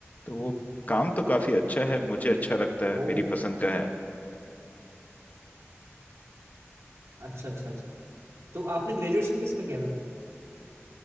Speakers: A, on the left; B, on the right.
A: तो वो काम तो काफी अच्छा है मुझे अच्छा लगता है मेरी
B: ओ
A: पसंद का है
B: अच्छा अच्छा अच्छा तो आपने ग्रेजुएशन किस में किया था फिर